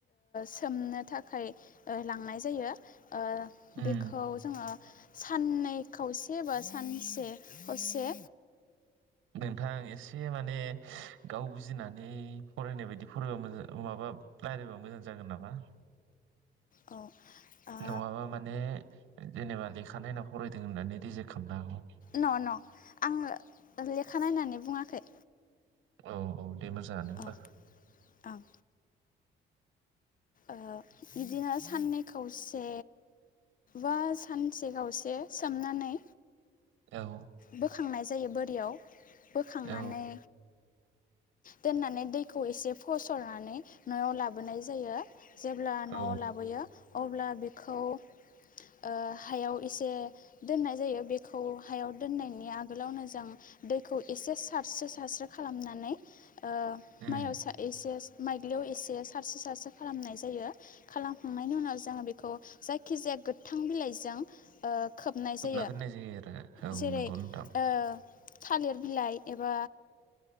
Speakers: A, on the left; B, on the right.
A: सोमनो थाखाय ओ लांनाय जायो। ओ
B: उम
A: बेखौ जोङो साननै खावसे सेबा सानसे हसे
B: नोंथां एसे माने गाव बुजिनानै फरायनाय बायदि फरायबा मोजां माबा रायलायबा मोजां जागोन नामा?
A: औ ओ
B: नङाबा माने जेनेबा लेखानायना फरायदों होननानै रिजेक्ट खालामनो हागौ
A: न न आङोे ले खानायनानै बुङाखै।
B: औ औ। दे मोजाङानो होनबा।
A: अ ओं ओ बिदिनो साननै खावसे। बा सानसे गावसे सोमनानै
B: औ।
A: बोखांनाय जायो बोरियाव। बोखांनानै
B: औ
A: दोननानै दैखौ एसे फसरनानै नआव लाबोनाय जायो। जेब्ला
B: औ
A: न लाबोयो अब्ला बेखौ ओ हायाव एसे दोननाय जायो बेखौ हायाव। दोननायनि आगोलावनो जों दैखौ एसे सारस्रो सारस्रो खालामनानै ओ
B: उम
A: माइआव‌सो एसे। माइग्लियाव एसे सारसो सारसो खालामनाय जायो। खालामखांनायनि उनाव जोङो बेखौ जायखिजाया गोथां बिलाइजों ओ खोबनाय
B: खोबना
A: जायो
B: दोननाय जायो आरो।
A: जेरै
B: औ नंगौ नोंथां
A: ओ थालिर बिलाइ एबा